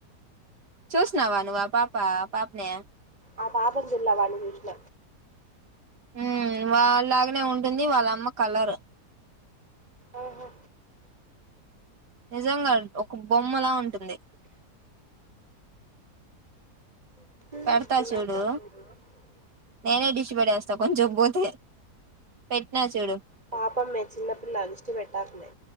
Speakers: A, on the right; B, on the right.
A: చూసినావా నువ్వు ఆ పాపా ఆ పాపని
B: ఆ పాపని చుల్ల వాన్ని చూసిన
A: ఉహ్మ్ వాళ్ళలాగనే ఉంటుంది వాళ్ళమ్మ కలరు
B: ఆహో
A: నిజంగా ఒక బొమ్మలా ఉంటుంది
B: ఉహ్మ్
A: పెడతా చూడు నేనే దిష్టి పెట్టేస్తా కొంసేపు పోతే పెట్టినా చూడు
B: పాపం మే చిన్నపిల్ల దిష్టి పెట్టకు మే